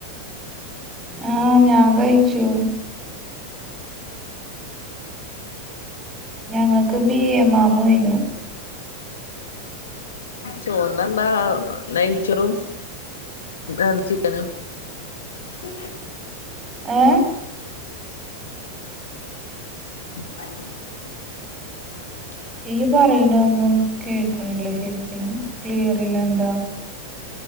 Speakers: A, on the right; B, on the left.
A: ആഹ ഞാൻ കഴിച്ചു ഞങ്ങൾക്ക് ബീ എ മാമനു
B: ചൊർന്നന്ത ന ചെറും ആ ചിക്കന ഉ
A: ഏഹ്
B: <inaudible>
A: ഈ പറയണ ഒന്നും കേക്കണില്ല ശരിക്കനും ക്ലിയർല്ല എന്താ